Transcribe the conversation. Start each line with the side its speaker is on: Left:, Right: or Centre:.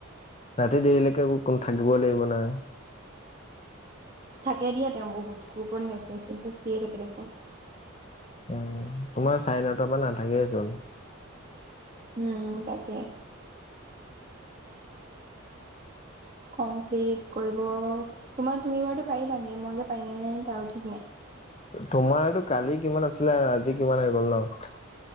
Left: ৰাতি দেৰিলৈকে অকণ থাকিবই লাগিব না
Right: থাকে দিয়া তেওঁ বহুত গ্ৰুপত মেছেজ চেছেজ দিয়ে থাকে দেখোন।
Left: উম তোমাৰ চাৰে নটাৰ পৰা নাথাকে চোন।
Right: উম তাকে কমপ্লিট কৰিব তোমাৰ তুমি বাৰতে পাৰিবাগে মই যে পাৰিম নে নাই তাৰ ও ঠিক নাই।
Left: তোমাৰটো কালি কিমান আছিলে আৰু আজি কিমান হৈ গ'ল ন,